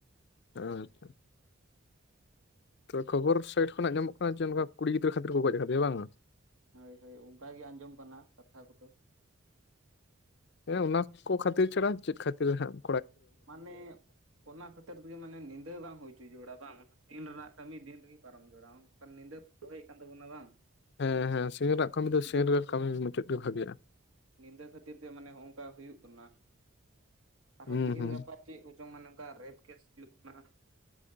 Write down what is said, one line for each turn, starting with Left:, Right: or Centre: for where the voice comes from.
Left: ᱦᱮᱸ ᱦᱚᱭᱛᱚ᱾ ᱛᱚ ᱠᱷᱚᱵᱚᱨ ᱥᱟᱭᱤᱴ ᱠᱷᱚᱱᱟᱜ ᱧᱟᱢᱚᱜ ᱠᱟᱱᱟ ᱡᱮ ᱱᱚᱝᱠᱟ ᱠᱩᱲᱤ ᱜᱤᱫᱽᱨᱟᱹ ᱠᱷᱟᱛᱤᱨ ᱠᱚ ᱜᱚᱡ ᱟᱠᱟᱫᱮᱭᱟ ᱵᱟᱝᱼᱟ᱾
Right: ᱦᱳᱭ ᱦᱳᱭ ᱚᱱᱠᱟ ᱜᱮ ᱟᱸᱡᱚᱢ ᱠᱟᱱᱟ ᱠᱟᱛᱷᱟ ᱠᱚᱫᱚ᱾
Left: ᱦᱮᱸ ᱚᱱᱟ ᱠᱚ ᱠᱷᱟᱹᱛᱤᱨ ᱪᱷᱟᱲᱟ ᱪᱮᱫ ᱠᱷᱟᱹᱛᱤᱨ ᱦᱟᱝ᱾
Right: ᱢᱟᱱᱮ ᱚᱱᱟ ᱠᱷᱟᱹᱛᱤᱨ ᱛᱮᱜᱮ ᱢᱟᱱᱮ ᱧᱤᱫᱟᱹ ᱵᱟᱝ ᱦᱩᱭᱪᱚᱭ ᱚᱲᱟᱜ ᱵᱟᱝ? ᱫᱤᱱ ᱨᱮᱱᱟᱜ ᱠᱟᱹᱢᱤ ᱫᱤᱱ ᱨᱮᱜᱮ ᱯᱟᱨᱚᱢ ᱡᱚᱲᱟᱣ ᱟᱢ ᱚᱱᱠᱟ ᱧᱤᱫᱟᱹ ᱠᱚ ᱫᱚᱦᱚ ᱦᱩᱭ ᱠᱟᱱ ᱛᱟᱵᱚᱱᱟ ᱵᱟᱝ᱾
Left: ᱦᱮᱸ ᱦᱮᱸ ᱥᱤᱧ ᱨᱮᱱᱟᱜ ᱠᱟᱹᱢᱤ ᱫᱚ
Right: ᱧᱤᱫᱟᱹ
Left: ᱥᱤᱧ ᱨᱮᱜᱮ ᱠᱟᱹᱢᱤ ᱢᱩᱪᱟᱹᱫ ᱜᱮ ᱵᱷᱟᱜᱤᱭᱟ᱾
Right: ᱧᱤᱫᱟᱹ ᱠᱷᱟᱹᱛᱤᱨ ᱛᱮ ᱢᱟᱱᱮ ᱦᱚᱝᱠᱟ ᱦᱩᱭᱩᱜ ᱠᱟᱱᱟ, ᱟᱨᱦᱚᱸ
Left: ᱦᱩᱸ
Right: ᱛᱤᱦᱤᱧ
Left: ᱦᱩᱸ
Right: ᱜᱟᱯᱟ ᱪᱮᱫ ᱠᱚᱪᱚᱝ ᱢᱟᱱᱮ ᱚᱱᱠᱟ ᱨᱮᱯ ᱠᱮᱥ ᱦᱩᱭᱩᱜ ᱠᱟᱱᱟ,